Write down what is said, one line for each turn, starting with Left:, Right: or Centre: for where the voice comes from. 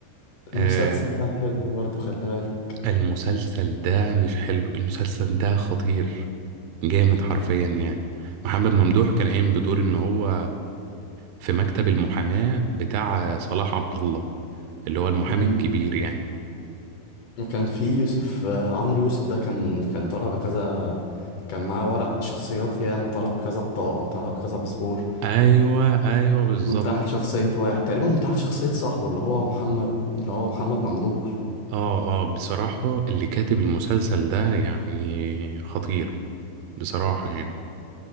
Right: آه
Left: المسلسل ده حلو برضه خلي بالك
Right: المسلسل ده مش حلو المسلسل ده خطير جامد حرفيا يعني محمد ممدوح كان قايم بدور إن هو في مكتب المحاماة بتاع صلاح عبد الله اللي هو المحامي
Left: امم
Right: الكبير يعني
Left: وكان فيه يوسف آه، عمرو يوسف ده كان كان طالع بكذا كان معاه ورق شخصيات ياما طالع بكذا بطاقة طالع بكذا باسبور
Right: ايوه ايوه بالظبط
Left: منتحل شخصية واحد تقريبا منتحل شخصية صاحبه اللي هو محمد اللي هو محمد ممدوح
Right: اه اه بصراحة اللي كاتب المسلسل ده يعني خطير بصراحة يعني